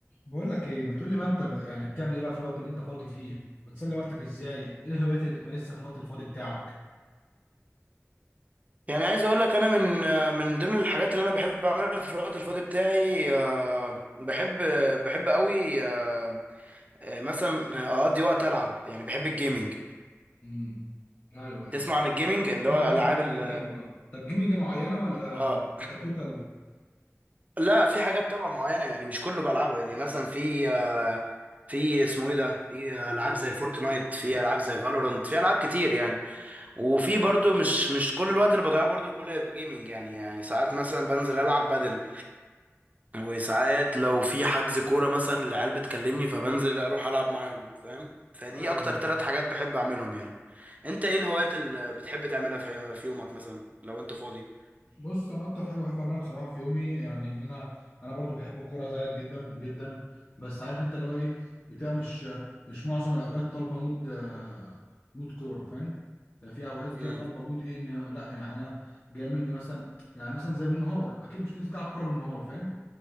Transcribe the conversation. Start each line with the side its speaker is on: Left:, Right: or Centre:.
Left: بقول لك ايه ما تقول لي بقى انت بقى يعني بتعمل ايه بقى في الوقت اللي انت فاضي فيه بتسلي وقتك ازاي ايه الهوايات اللي بتمارسها في الوقت الفاضي بتاعك
Right: يعني عايز اقول لك انا من من ضمن الحاجات اللي انا بحب اعملها في الوقت الفاضي بتاعي آه، بحب بحب قوي آه، آه، مثلا اقضي وقت العب يعني بحب الجيمنج
Left: امم ايوه ايوه
Right: تسمع عن الجيمنج اللي
Left: اه
Right: هو العاب
Left: اسمع
Right: ال
Left: عن الجيمنج اه طب جيمنج معينه ولا
Right: اه
Left: كتوتال
Right: لا في حاجات طبعا معينه يعني مش كله بلعبه يعني مثلا في آه، في اسمه ايه ده في العاب زي فورتنايت في العاب زي فالورانت في العاب كتير يعني وفي برضو مش مش كل الوقت اللي بضيعه برضو كله يبقى جيمنج يعني يعني ساعات مثلا بنزل العب بدل وساعات لو في حجز كورة مثلا العيال بتكلمني فبنزل اروح العب معاهم فاهم فدي
Left: ايوه
Right: اكتر ثلاث حاجات بحب اعملهم يعني انت ايه الهوايات اللي بتحب تعملها في في يومك مثلا لو انت فاضي
Left: بص انا اكتر حاجه بحب اعملها بصراحه في يومي يعني ان انا انا برضو بحب الكوره زيك جدا جدا بس عارف انت اللي هو ايه بتبقى مش مش معظم الاوقات طالبه مود آه، مود كوره فاهم يعني في اوقات كده
Right: امم
Left: طالبه مود ايه ان لا يعني انا جاي مني مثلا يعني مثلا زي بالنهار اكيد مش تنزل تلعب كوره بالنهار فاهم